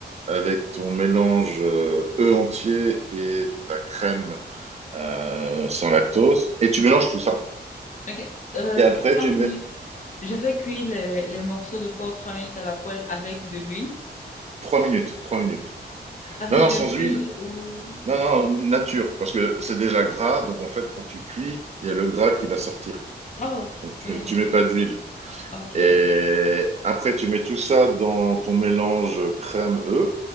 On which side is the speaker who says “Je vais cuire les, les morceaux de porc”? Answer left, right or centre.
Left